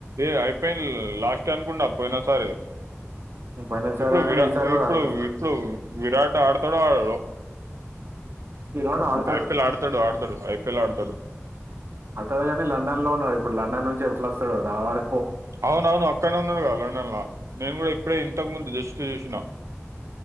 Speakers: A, on the right (about 80°); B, on the right (about 55°).
A: ఏ ఐ పిల్ లాస్ట్ అనుకుండా పోయినా సరే
B: పోయినసారిలానే
A: ఇప్పుడు విరా
B: ఈసారి కూడా
A: ఇప్పుడు
B: ఆడతారు సార్.
A: ఇప్పుడు విరాట్ ఆడ్ తాడో ఆడడో
B: విరాట్ ఆడతాడు
A: ఐపీఎల్ ఆడతాడు ఆడతాడు ఐపీఎల్ ఆడతాడు
B: ఆడుతడుకాని లండన్ లో ఉన్నాడు. ఇప్పుడు లండన్ నుంచి ఏట్లా వస్తాడో రావాలే.
A: అవున అవును అక్కన్నే ఉన్నాడుగా లండన్ లా నేను కూడా ఇప్పుడే ఇంతకు ముందు జస్ట్ చూసినా.